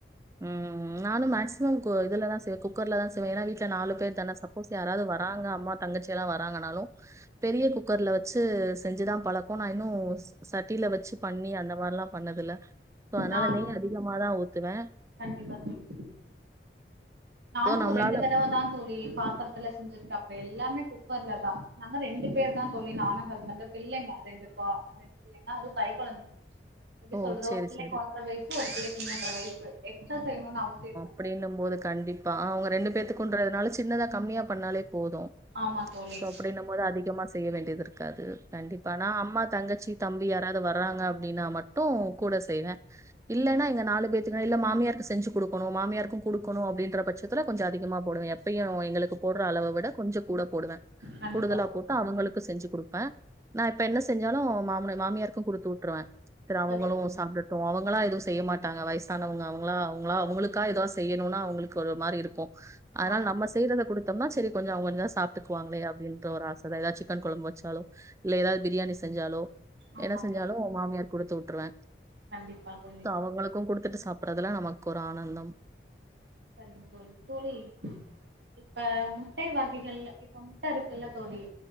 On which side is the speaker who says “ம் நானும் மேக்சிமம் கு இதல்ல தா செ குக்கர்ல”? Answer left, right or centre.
Right